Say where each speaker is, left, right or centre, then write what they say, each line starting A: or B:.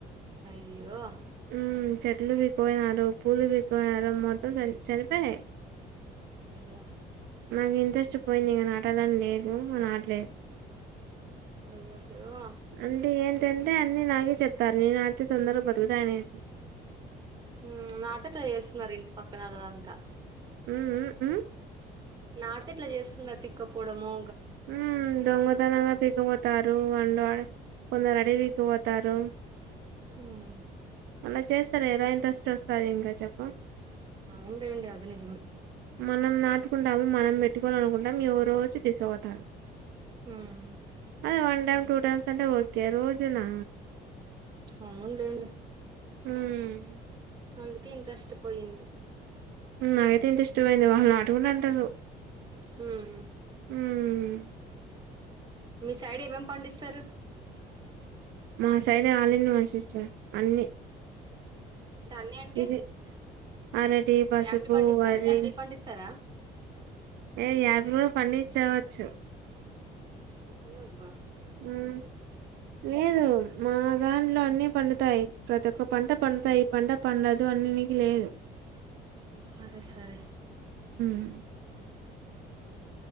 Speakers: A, on the right; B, on the right.
A: అయ్యో
B: మ్ చెట్లు బీక్కుపోయినారు పూలు బీక్కు పోయినారు మొత్తం చని చనిపోనాయ్
A: అయ్యా
B: నాకు ఇంట్రెస్ట్ పోయింది ఇంగ నాటాలని లేదు ఇగ నాటలేదు
A: అయ్యయ్యో
B: అంటే ఏంటంటే అన్ని నాకే జెప్తారు నేను నాటితే తొందరగా బతుకుతాయి అనేసి
A: మ్ నాటితే ఇట్లా జేస్తున్నారు ఇంటి పక్కన ఆల్ అంతా
B: మ్ మ్ మ్
A: నాటితే ఇట్లా జేస్తున్నారు పీక్కపోవడము
B: మ్ దొంగతనంగా పీకపోతారు వండువాడు కొందరు పీక్కపోతారు
A: ఉమ్
B: అలా చేస్తారు ఎలా ఇంట్రెస్ట్ వస్తాది ఇంకా చెప్పు
A: అవును లేండి అది నిజమే
B: మనం నాటుకుంటాము మనం బెట్టుకోవాలి అనుకుంటాము ఎవరో వచ్చి తీసుకపోతారు
A: ఉమ్
B: అదే వన్ టైమ్ టూ టైమ్స్ అంటే ఓకే రోజునా
A: అవునులేండి
B: ఉమ్
A: అందుకే ఇంట్రెస్ట్ పోయింది
B: నాకైతే ఇంట్రెస్ట్ పోయింది వాళ్ళు నాటుకుంటు అంటరు
A: హుమ్
B: ఉమ్
A: మీ సైడ్ ఏమేమి పండిస్తారు
B: మా సైడ్ ఆల్ఇన్ వన్ సిస్టర్ అన్ని
A: ఇక అన్ని అంటే
B: ఇది అరటి పసుపు
A: యాపిల్ పండిస్తారా
B: వరి
A: యాపిల్ పండిస్తారా
B: ఏ యాభై రోజులు పడించవచ్చు
A: ఎలా అబ్బా
B: ఉమ్ లేదు మా దాంట్లో అన్ని పండుతాయి ప్రతి ఒక్క పంట పడుతాయి పంట పండదు అన్నినికి లేదు
A: సరే సరే
B: ఉమ్